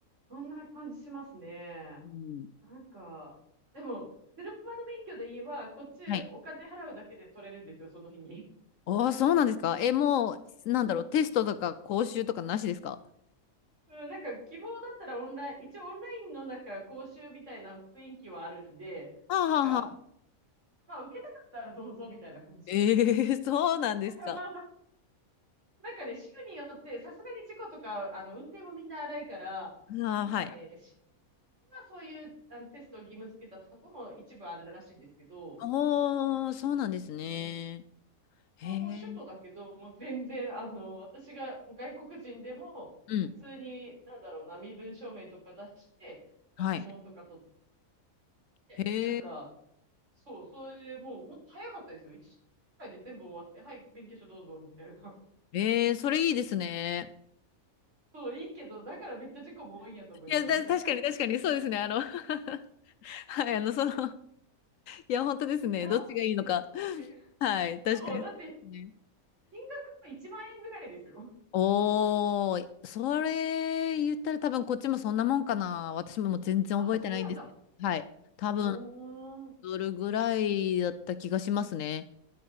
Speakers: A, on the right; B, on the left.
A: そんな感じしますね。
B: うん、
A: なんか、でも、車の免許で言えば、こっちお金払うだけで取れるんですよ、
B: はい。
A: その日に。
B: ああ、そうなんですか。え、もう、なんだろう、テストとか講習とかなしですか
A: うん、なんか希望だったらオンライン、一応オンラインのなんか講習みたいな雰囲気はあるんで、
B: はあはあはあ。
A: なんか、まあ受けたかったらどうぞみたいな感じ。
B: <laughs> ええそうなんですか。
A: <laughs> なんかね、州によってさすがに事故とか、あの、運転もみんな荒いから、
B: ああ、
A: なんかね、
B: はい。
A: 州はそういうあのテストを義務付けたとこも一部あるらしいんですけど、
B: おー、そうなんですね。
A: うん。こ
B: へえ。
A: こはもう首都だけど、もう全然、あの、私がもう外国人でも、
B: うん。
A: 普通に、なんだろうな、身分証明とか出して、
B: はい。
A: 指紋とか取って、
B: へえ。
A: なんか、そう、それでもう、ほんと早かったですよ。1回で全部終わって、はい、勉強書どうぞ、みたいな。<laughs>
B: ええそれいいですね。
A: そう、いいけど、だからめっちゃ事故も多いんやと思います。
B: いや、だ、
A: <laughs>
B: 確かに確かに、そうですね。あの、<laughs> はい、あの、その、いや、本当ですね。
A: いや
B: どっちがいいのか。
A: ー、ね、
B: はい、確かにそうですね。
A: そう、だって、金額も1万円ぐらいですよ。
B: おー、それ言ったら多分こっちもそんなもんかな。私ももう全然覚えてないんですけど。
A: あ、そうなんだ。
B: はい。多分、
A: うーん。
B: どれぐらいだった気がしますね。